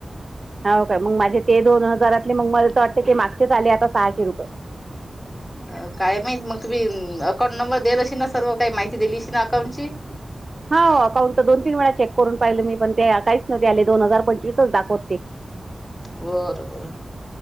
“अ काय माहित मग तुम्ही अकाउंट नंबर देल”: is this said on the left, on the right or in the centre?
Left